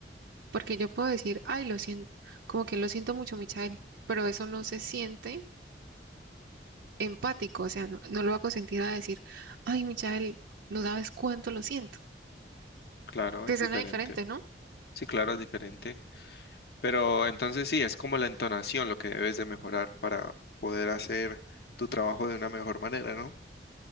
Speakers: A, on the right; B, on the left.
A: Porque yo puedo decir, ay, lo siento, como que lo siento mucho, Michael, pero eso no se siente empático, o sea, no, no lo hago sentir a decir, ay, Michael, no sabes cuánto lo siento,
B: Claro,
A: que
B: es
A: suena
B: diferente.
A: diferente, ¿no?
B: Sí, claro, es diferente. Pero entonces sí, es como la entonación lo que debes de mejorar para poder hacer tu trabajo de una mejor manera, ¿no?